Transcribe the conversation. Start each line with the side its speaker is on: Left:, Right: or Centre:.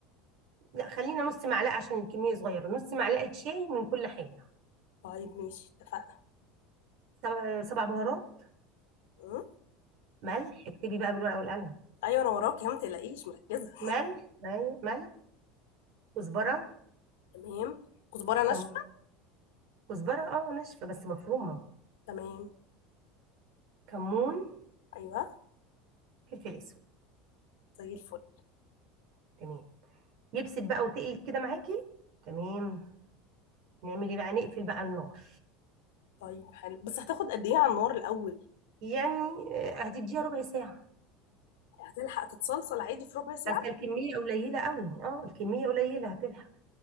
Right: لا خلينا نص معلقه عشان الكميه صغيره نص معلقه شاي من كل حاجه
Left: طيب ماشي اتفقنا
Right: سبع سبع بهارات
Left: م?
Right: ملح اكتبي بقى بالورقه والقلم
Left: ايوه انا وراك يا ما تقلقيش مركزه
Right: ملح ايوه ملح كزبره
Left: تمام كزبره ناشفه
Right: كمون كزبره اه ناشفه بس مفرومه
Left: تمام
Right: كمون
Left: ايوه
Right: فلفل اسود
Left: زي الفل
Right: تمام يبسط بقى وتقلب كده معاكي تمام نعمل ايه بقى نقفل بقى النار
Left: طيب حلو بس هتاخد قد ايه على النار الاول
Right: يعني آه، هتديها ربع ساعة
Left: هتلحق تتصلصل عادي في ربع ساعه
Right: اصل الكمية قليلة قوي اه الكمية قليلة هتلحق